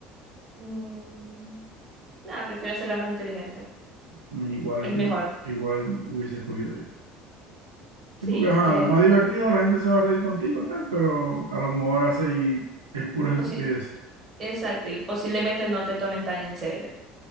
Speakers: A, on the right; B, on the right.
A: Mm, nada, prefiero ser la más inteligente.
B: Igual
A: Es
B: digo,
A: mejor.
B: igual hubiese escogido yo. Sí,
A: Sí,
B: porque ajá,
A: es que.
B: más divertida la gente se va a reír contigo, tal, pero a lo mejor hace y es pura
A: o
B: estupidez.
A: sí, exacto. Y posiblemente no te tomen tan en serio.